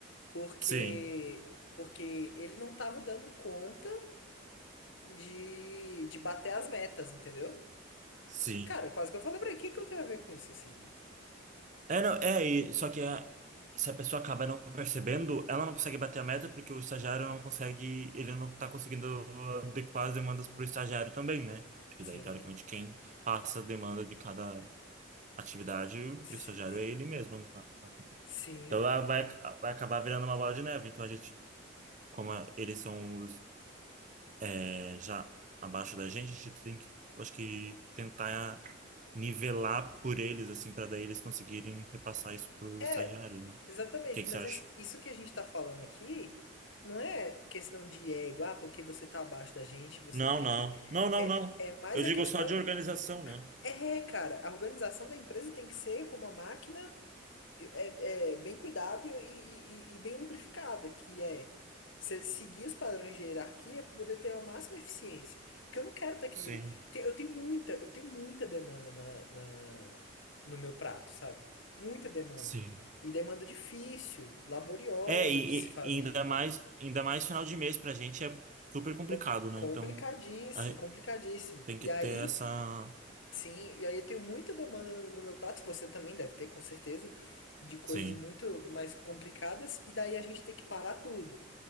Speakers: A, on the left (about 70°); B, on the right (about 35°).
A: porque,
B: Sim,
A: porque ele não tava dando conta de, de bater as metas, entendeu?
B: sim.
A: Cara, quase que eu falei pra ele, o que que eu tenho a ver com isso, assim, né?
B: É, não, é, e- só que a- se a pessoa acaba não percebendo, ela não consegue bater a meta porque o estagiário não consegue, ele não tá conseguindo adequar as demandas para o estagiário também, né? Porque
A: Sim,
B: daí, teoricamente, quem passa a demanda de cada atividade
A: sim,
B: para o estagiário é ele mesmo, né?
A: sim.
B: Então, ela vai, vai acabar virando uma bola de neve. Então, a gente, como a- eles são os, é, já abaixo da gente, a gente tem que, acho que, tentar nivelar por eles, assim, para daí eles conseguirem repassar isso para o
A: É,
B: estagiário, né? O
A: exatamente,
B: que que
A: mas
B: você acha?
A: é isso que a gente tá falando aqui não é questão de ego, ah, porque você tá abaixo da gente, você
B: Não,
A: não tem
B: não.
A: que.
B: Não, não,
A: É,
B: não.
A: é é mais
B: Eu digo
A: a questão.
B: só de organização, né?
A: É, cara, a organização da empresa tem que ser como uma máquina é, é bem cuidado e, e- e- e bem lubrificada, que é se- seguir os padrões de hierarquia para poder ter a máxima eficiência. Porque eu não quero ter que
B: Sim,
A: me. te- Eu tenho muita, eu tenho muita demanda na, na- no meu prato, sabe? Muita demanda.
B: sim.
A: E demanda difícil, laboriosa
B: É, e,
A: de se fazer.
B: e- e ainda mais, ainda mais final de mês pra gente é super complicado,
A: Com-
B: né?
A: Complicadíssimo,
B: Então, a-
A: complicadíssimo.
B: tem
A: E
B: que
A: aí
B: ter essa.
A: Sim, e aí eu tenho muita demanda no, no meu prato, você também deve ter, com certeza, de coisas
B: Sim,
A: muito mais complicadas, e daí a gente tem que parar tudo